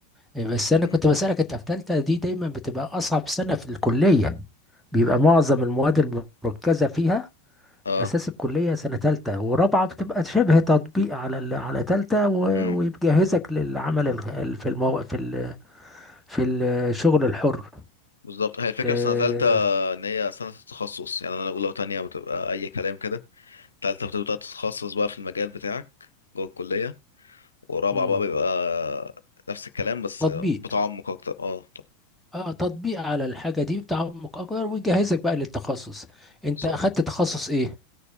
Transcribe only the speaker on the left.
مم.
اه
امم
بالظبط هي الفكره
في سنه ثالثه ان هي سنه التخصص يعني انا اولى وتانية بتبقى اي كلام كده ثالثه بتبدا تتخصص بقى في المجال بتاعك جوه الكليه ورابعه
بقى بيبقى نفس الكلام بس
بتعمق اكتر اه طب
مم.
بالظبط